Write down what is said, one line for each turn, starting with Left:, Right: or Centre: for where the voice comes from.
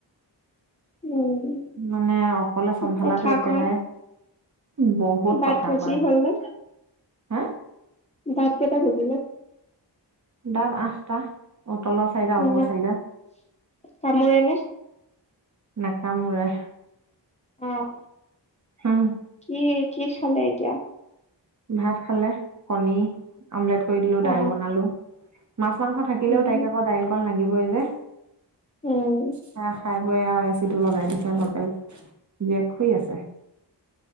Left: উম
Right: মানে অকলে
Left: খুব
Right: চম্ভালো
Left: কথা
Right: একেবাৰে
Left: কয়
Right: বহুত
Left: দাঁত
Right: কথা
Left: গজি
Right: কয়
Left: হ'ল নে
Right: হে
Left: দাঁত কেইটা গজিলে
Right: দাঁত আঠাতো অ তল চাইড হ'ব
Left: অ
Right: চাইৰা
Left: কামোৰে নে
Right: <unintelligible> নাকামোৰে
Left: অহ
Right: হুম
Left: কি কি খালে এতিয়া
Right: ভাত খালে কণী আমলেট কৰি দিলোঁ
Left: অ
Right: দাইল বনালোঁ মাছ মাংস থাকিলেও
Left: উম
Right: তাইক আকৌ দাইলকণ লাগিবই যে
Left: উম
Right: চাহ খাই বৈ আৰু এচি টো লগাই দিছে বাপেক জীয়েকৰ শুই আছে